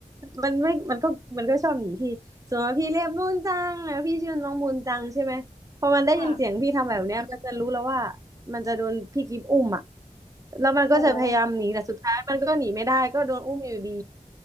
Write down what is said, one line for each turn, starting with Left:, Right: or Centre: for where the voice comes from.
Right: มันไม่มันก็มันก็ชอบหนีพี่สมมติว่าพี่เรียกมูนจังแล้วพี่ชื่อน้องมูนจังใช่ไหมพอมันได้ยินเสียงพี่ทำแบบเนี้ยมันจะรู้แล้วว่า
Left: ค่ะ
Right: มันจะโดนพี่กิฟอุ้มอ่ะแล้วมันก็จะพยายามหนีแต่สุดท้ายมันก็หนีไม่ได้ก็โดนอุ้มอยู่ดี
Left: โอ้โห